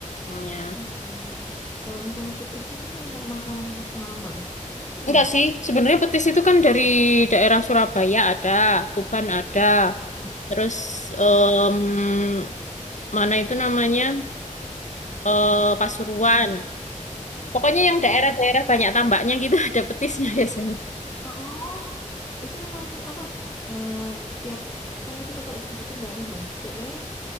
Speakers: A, on the left (about 65°); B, on the left (about 25°).
A: namanya.
B: Aduh. Kalau misalnya petis itu memang makanan khas Malang banget, Kak. Itu
A: Enggak
B: gimana?
A: sih, sebenarnya petis itu kan dari daerah Surabaya ada, Tuban ada,
B: Heeh.
A: terus em,
B: Oke.
A: mana itu namanya eh, Pasuruan.
B: Heeh.
A: Pokoknya yang daerah-daerah
B: Itu
A: banyak tambaknya gitu <laughs> ada petisnya biasanya.
B: Oh, itu memang apa? eh, setiap kan itu kakak sebutin daerah banyak. Setiap daerah s-